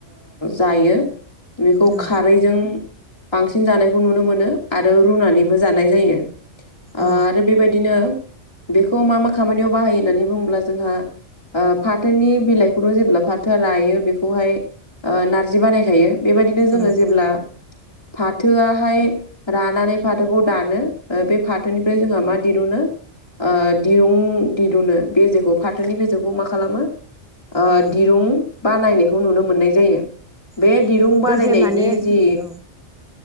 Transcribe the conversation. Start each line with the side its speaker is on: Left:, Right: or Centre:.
Left: जायो बेखौ
Centre: औ
Left: खारैजों बांसिन जानायखौ नुनो मोनो आरो रुनानैबो जानाय जायो आरो
Centre: औ
Left: बेबायदिनो बेखौ मा मा खामानियाव बाहायो होननानै बुङोब्ला जोंहा ओ फाथोनि बिलाइखौल' जेब्ला फाथोआ रायो बेखौहाय नार्जि बानायखायो बेबायदिनो जोङो
Centre: औ
Left: जेब्ला फाथोआहाय रानानै फाथोखौ दानो बे फाथोनिफ्राय जोंहा मा दिरुनो ओ दिरुं दिरुनो बे जेखौ फाथोनि बेेखौ मा खालामो ओ
Centre: औ
Left: दिरुं बा नायनायखौ नुनो मोननाय जायो बे
Centre: औ
Left: दिरुं बानायनायनि
Centre: बे जे माने
Left: जि
Centre: औ